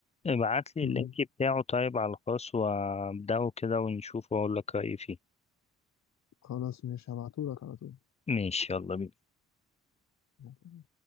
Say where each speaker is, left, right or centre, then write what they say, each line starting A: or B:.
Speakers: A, on the left (about 20°); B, on the left (about 60°).
A: ابعت لي
B: مم.
A: اللينك بتاعه طيب على الخاص وابدأه كده ونشوفه وأقول لك رأيي فيه
B: خلاص ماشي هبعتهولك على طول
A: ماشي يلا بينا
B: يلا.